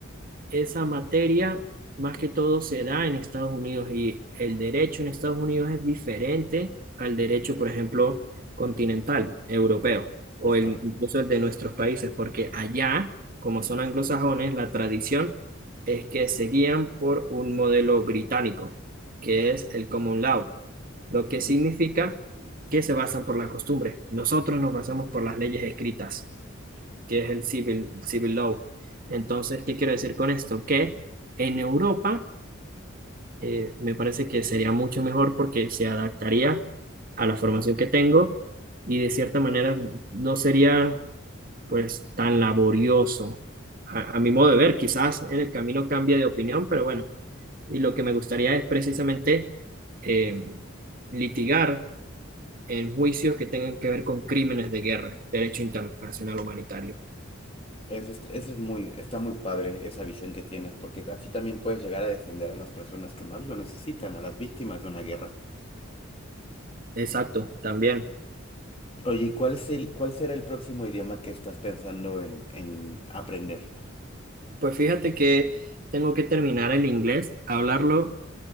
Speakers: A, on the right; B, on the left.
A: esa materia más que todo se da en Estados Unidos y el derecho en Estados Unidos es diferente al derecho, por ejemplo, continental, europeo, o
B: Es
A: el,
B: correcto.
A: incluso el de nuestros países, porque allá, como son anglosajones, la tradición es que se guían por un modelo británico, que es el common law, lo que
B: Ujú.
A: significa que se basan por la costumbre. Nosotros nos basamos por las leyes escritas que es el civil, civil law. Entonces, ¿qué quiero decir con esto? Que en Europa eh, me parece que sería mucho mejor porque se adaptaría a la formación que tengo y de cierta manera no sería pues tan laborioso. A, a mi modo de ver, quizás en el camino cambie de opinión, pero bueno, y lo que me gustaría es precisamente eh, litigar en juicios que tengan que ver con crímenes de guerra, derecho internacional humanitario.
B: Eso es, eso es muy, está muy padre esa visión que tienes, porque así también puedes llegar a defender a las personas que más lo necesitan, a las víctimas de una guerra.
A: Exacto, también.
B: Oye, ¿y ¿cuál es el, cuál será el próximo idioma que estás pensando en, en aprender?
A: Pues fíjate que tengo que terminar el inglés, hablarlo